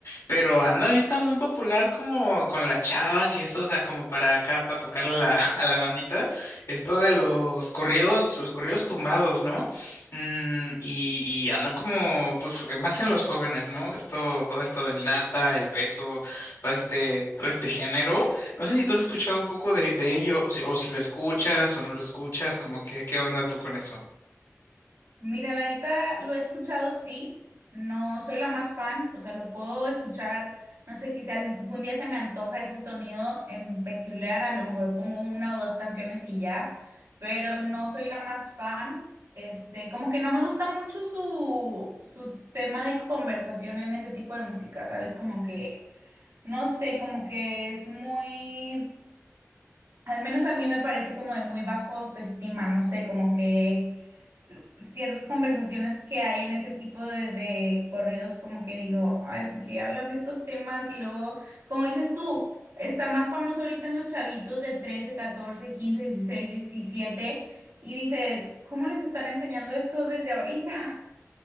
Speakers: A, on the left (about 70°); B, on the right (about 75°).
A: pero ando ahorita muy popular como con las chavas y eso, o sea, como para acá, para tocar la, <laughs> a la bandita, esto de los corridos, los corridos tumbados, ¿no? Mm, y, y anda como, pues, más en los jóvenes, ¿no? Esto, todo esto del nata, el peso, todo este, todo este género. No sé si tú has escuchado un poco de, de ello, o si, o si lo escuchas o no lo escuchas, como que, ¿qué onda tú con eso?
B: Mira, la neta lo he escuchado, sí. No soy la más fan, o sea, lo puedo escuchar, no sé, quizá algún día se me antoja ese sonido en peculiar, a lo mejor pongo una o dos canciones y ya, pero no soy la más fan. Este, como que no me gusta mucho su, su tema de conversación en ese tipo de música, ¿sabes? Como que, no sé, como que es muy, al menos a mí me parece como de muy bajo autoestima, no sé, como que ciertas conversaciones que hay en ese tipo de, de corridos, como que digo, ay, ¿por qué hablan de estos temas? Y luego, como dices tú, está más famoso ahorita en los chavitos de 13 14 15 16 17 y dices, ¿cómo les están enseñando esto desde ahorita?